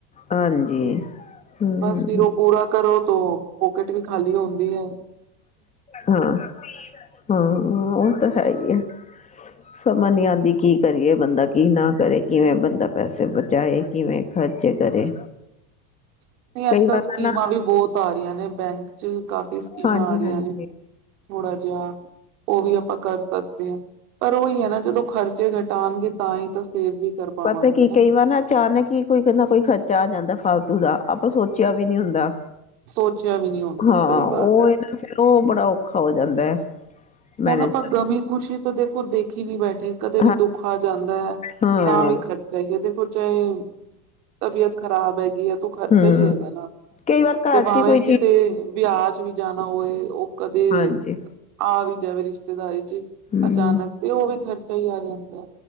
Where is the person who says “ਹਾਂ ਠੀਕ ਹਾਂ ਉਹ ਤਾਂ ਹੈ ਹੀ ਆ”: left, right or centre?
Left